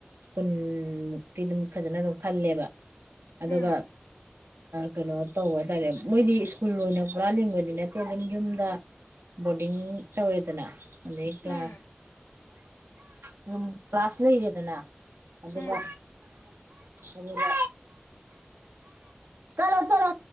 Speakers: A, on the right; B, on the left.
A: ꯀꯨꯟꯃꯨꯛ꯫ ꯇꯤ ꯑꯗꯨꯝ ꯐꯖꯅ ꯑꯗꯨꯝ ꯈꯜꯂꯦꯕ ꯑꯗꯨꯒ
B: ꯎꯝ
A: ꯀꯩꯅꯣ ꯇꯧꯕ ꯍꯥꯏꯇꯥꯔꯦ꯫ ꯃꯣꯏꯗꯤ ꯁ꯭ꯀꯨꯜ ꯑꯣꯏꯅ ꯄꯨꯔꯥ ꯂꯤꯡꯕꯗꯤ ꯅꯠꯇꯦ ꯑꯗꯨꯝ ꯌꯨꯝꯗ ꯕꯣꯔꯗꯤꯡ ꯇꯧꯔꯦꯗꯅ꯫ ꯑꯗꯩ ꯀ꯭ꯂꯥꯁ
B: ꯎꯝ
A: ꯑꯗꯨꯝ ꯀ꯭ꯂꯥꯁ ꯂꯩꯔꯦꯗꯅ ꯑꯗꯨꯒ
B: ꯎꯝ
A: ꯑꯗꯨꯒ ꯆꯂꯣ- ꯆꯂꯣ꯫